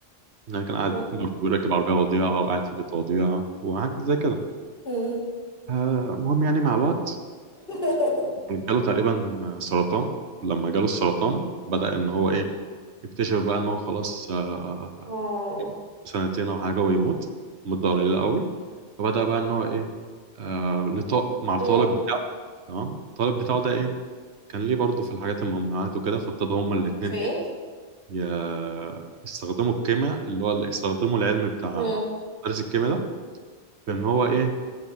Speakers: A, on the right (about 70°); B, on the left (about 50°).
A: يعني كان قاعد
B: مم.
A: برضه راكب عربية وضيعة أو قاعد في بيت وضيعة وحاجة زي كده
B: مم.
A: آه، المهم يعني مع الوقت
B: <laughs>
A: جاله تقريبا سرطان لما جاله السرطان بدأ إن هو إيه يكتشف بقى إن هو خلاص آه،
B: اه
A: سنتين أو حاجة ويموت مدة قليلة قوي فبدأ بقى إن هو إيه آه، لط- مع الطالب
B: مم.
A: بتاعه تمام الطالب بتاعه ده إيه كان ليه برضه في الحاجات الممنوعات وكده فابتدوا هما الاتنين
B: اوكي
A: إيه، ي- يستخدموا الكيمياء اللي هو اللي يستخدموا العلم بتاع
B: مم.
A: مدرس الكيمياء ده بان هو ايه